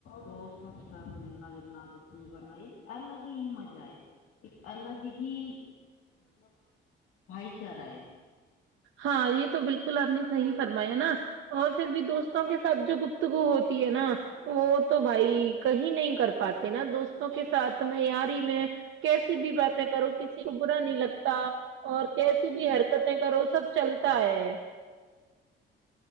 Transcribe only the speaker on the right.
ہاں یہ تو بالکل آپ نے صحیح فرمایا نا اور پھر بھی دوستوں کے ساتھ جو گپتگو ہوتی ہے نا وہ تو بھائی کہیں نہیں کر پاتے نا دوستوں کے ساتھ میں یار ہی میں کیسی بھی باتیں کرو کسی کو برا نہیں لگتا اور کیس کی بھی حرکتیں کرو سب چلتا ہے